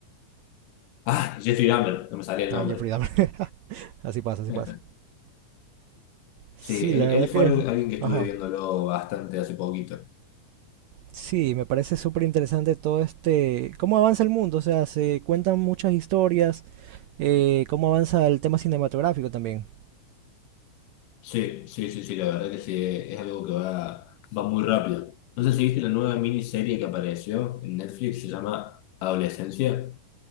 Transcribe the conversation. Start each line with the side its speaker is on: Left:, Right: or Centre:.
Left: <laughs> Ah, Jeffrey Dahmer, no me salía el
Right: Ah,
Left: nombre.
Right: Jeffrey Dahmer. <laughs> Así pasa, así
Left: <laughs>
Right: pasa. Sí,
Left: Sí, él,
Right: la verdad
Left: él fue
Right: que...
Left: al- alguien que estuve
Right: Ajá.
Left: viéndolo bastante hace poquito.
Right: Sí, me parece súper interesante todo este... cómo avanza el mundo, o sea, se cuentan muchas historias, eh, cómo avanza el tema cinematográfico también.
Left: Sí, sí, sí, sí, la verdad que sí, es algo que va, va muy rápido. No sé si viste la nueva miniserie que apareció en Netflix, se llama Adolescencia.